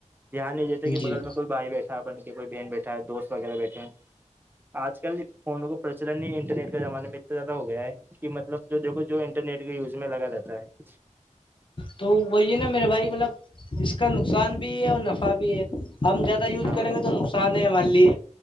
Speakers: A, on the right; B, on the left.
A: دھیان نہیں دیتے
B: جی
A: کہ بگل میں کوئی بھائی بیٹھا اپن کے کوئی بہن بیٹھا بیٹھا دوست وغیرہ بیٹھے ہیں آج کل <unintelligible> فونوں کو پرچلن ہی انٹرنیٹ کے زمانے میں اتنا زیادہ ہو گیا ہے کہ مطلب جو دیکھو جو انٹرنیٹ کے یوز میں لگا جاتا ہے
B: تو وہی نا میرے بھائی مطلب اس کا نقصان بھی ہے اور نفع بھی ہے
A: ہے
B: ہم زیادہ یوز
A: ہاں
B: کریں
A: بھائی
B: گے
A: جان
B: تو نقصان ہے مان لیے